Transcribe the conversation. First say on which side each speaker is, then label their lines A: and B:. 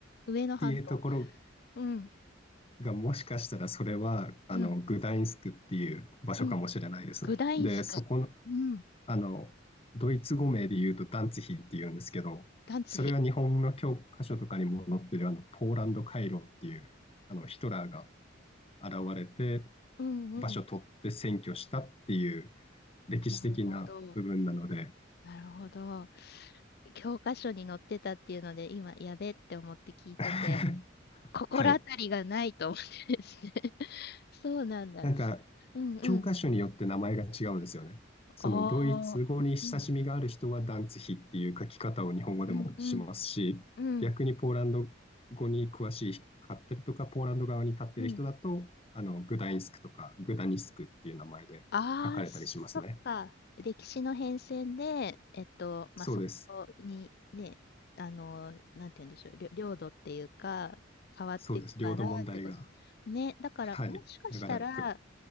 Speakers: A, on the left; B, on the left.
A: 上の半島、
B: ていうところ
A: うん、
B: がもしかしたらそれはあのグダインスクっていう場所かもしれないですね。
A: うん、うん、グダインスク、
B: で、そこの、
A: うん、
B: あのドイツ語名で言うとダンツヒっていうんですけど、
A: ダンツヒ。
B: それは日本の教科書とかにも載ってるあのポーランド回廊っていうあのヒトラーが現れて
A: うんうん。
B: 場所取って占拠したっていう歴史的な部分なので、
A: なるほど。なるほど。教科書に載ってたっていうので、今、やべって思って聞いてて、
B: <laughs>
A: 心当たりがないと思ってですね。
B: はい、
A: <laughs> そうなんだ。
B: なんか、
A: うんうん。
B: 教科書によって名前が違うんですよね。そのドイツ語に親しみがある人はダンツヒっていう書き方を日本語でもしますし、
A: ああ。うんうんうんうん
B: 逆にポーランド語に詳しかったりとか、ポーランド側に立っている人だと、
A: うん。
B: あのグダインスクとかグダニスクっていう名前で書かれたりしますね。
A: ああ、そっか。歴史の変遷で、えっと、まあ、
B: そうです。
A: そこにね、あの、なんて言うんでしょう、りょ領土っていうか、変わっていくからってこと。
B: そうです。領土問題が。
A: ね、だから、
B: はい。
A: もしかしたら、
B: 長らく。